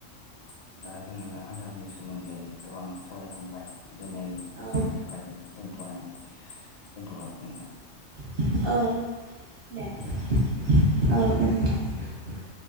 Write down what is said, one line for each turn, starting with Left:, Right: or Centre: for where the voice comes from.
Left: <unintelligible> दा जोङो आदारनि सोमोन्दै गोबां सावरायखांबाय दिनै
Right: आरो
Left: एसेनि थाखाय दोन थनाय दोनथबाय नोंथां।
Right: औ दे औ
Left: गोजोन
Right: जागोन नोंथां ।